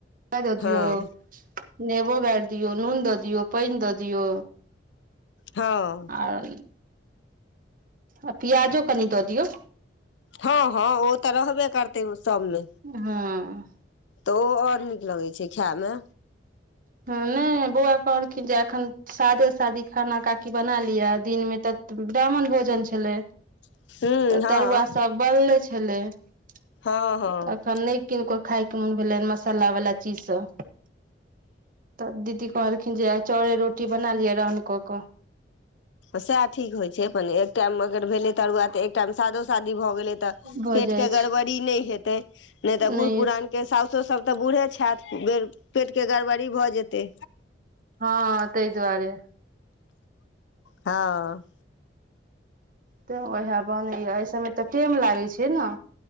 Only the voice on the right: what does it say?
द
दियौ नेबो गारि दियऔ नून द दियऔ पानि दऽ दियऔ
आर आ पियाजो कनि दऽ दियौ
हँ
हँ नहि बौआ कहलखिन जे एखन सादे सादी खाना काकी बना लियअ दिन मे तऽ ब्राह्मण भोजन छलै
तऽ
तरुआ सब बनले छलै तऽ
एखन नहि किनको खायके मोन भेलै मसालावला चीजसभ तब दीदी कहलखिन जे चाउरे रोटी बना लियअ रहन कऽ कऽ
भऽ
जाइ
छै
नहि
हँ तहि दुआरे
तऽ उएह बनैया एहि समय तऽ टेम लागैत छै न